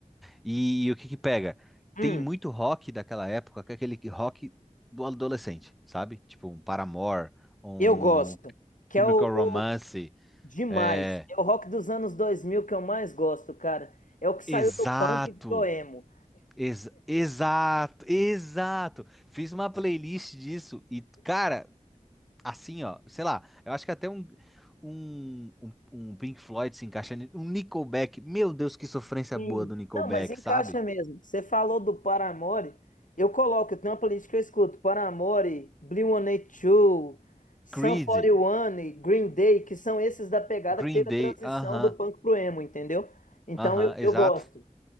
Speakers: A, in the centre; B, on the left (about 85°).
A: E, e o que que pega?
B: Hum,
A: Tem muito rock daquela época, que é aquele que- rock do adolescente, sabe? Tipo um Paramore, um
B: eu gosto, que
A: Chemical
B: é o, o-
A: Romance,
B: demais.
A: é...
B: É o rock dos anos 2000 que eu mais gosto, cara. É o que saiu
A: Exato!
B: do punk e virou emo.
A: ex- exato! Exato! Fiz uma playlist disso e, cara, assim, ó, sei lá, eu acho que até um, um, um, um Pink Floyd se encaixa, ni- um Nickelback, meu Deus, que sofrência
B: Sim.
A: boa do Nickelback,
B: Não, mas encaixa
A: sabe?
B: mesmo. Você falou do Paramore. Eu coloco, eu tenho uma playlist que eu escuto. Paramore, Blink-182, Sum
A: Creed,
B: forty one Green Day, que são esses da pegada
A: Green
B: que teve
A: Day,
B: a transição
A: aham,
B: do punk pro emo, entendeu? Então
A: aham,
B: eu,
A: exato.
B: eu gosto.